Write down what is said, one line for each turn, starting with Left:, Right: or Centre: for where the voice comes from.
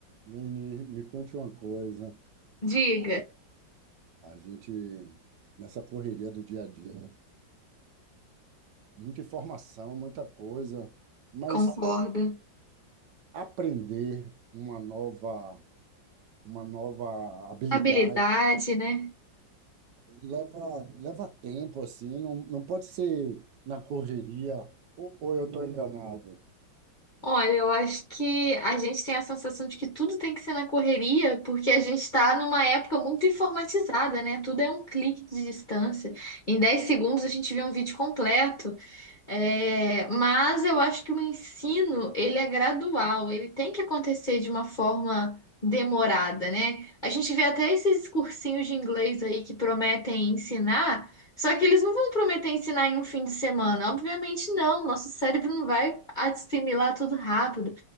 Right: Nini, me conte uma coisa.
Left: Diga,
Right: A gente, nessa correria do dia a dia, muita informação, muita coisa, mas
Left: concordo.
Right: aprender uma nova, uma nova habilidade
Left: Habilidade, né?
Right: leva, leva tempo, assim, não, não pode ser na correria, ou, ou eu estou enganado?
Left: Olha, eu acho que a gente tem a sensação de que tudo tem que ser na correria, porque a gente está numa época muito informatizada, né? Tudo é um clique de distância. Em 10 segundos a gente vê um vídeo completo. É, mas eu acho que o ensino, ele é gradual, ele tem que acontecer de uma forma demorada, né? A gente vê até esses cursinhos de inglês aí que prometem ensinar, só que eles não vão prometer ensinar em um fim de semana. Obviamente não, nosso cérebro não vai assimilar tudo rápido.